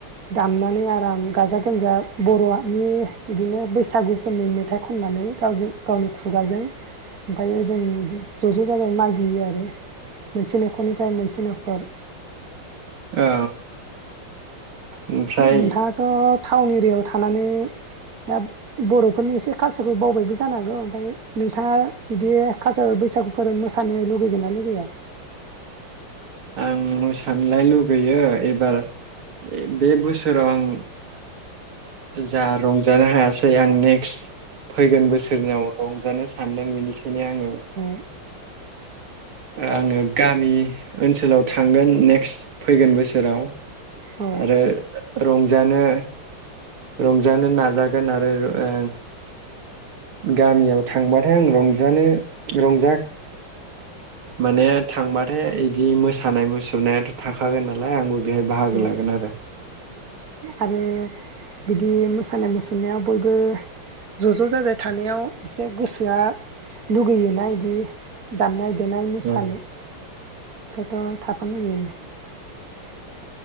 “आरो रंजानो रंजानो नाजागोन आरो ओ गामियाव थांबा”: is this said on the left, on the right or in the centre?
Right